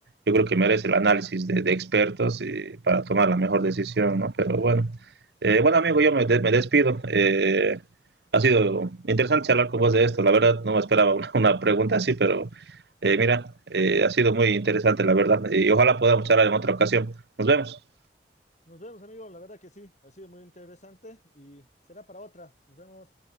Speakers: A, on the right; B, on the left.
A: yo creo que merece el análisis de, de expertos y para tomar la mejor decisión, ¿no? Pero bueno, Eh, bueno, amigo, yo me, de- me despido. Eh, ha sido interesante charlar con vos de esto. La verdad, no me esperaba una, una pregunta así, pero eh, mira, eh, ha sido muy interesante, la verdad, y ojalá podamos charlar en otra ocasión. Nos vemos.
B: Nos vemos, amigos. La verdad que sí, ha sido muy interesante y será para otra. Nos vemos.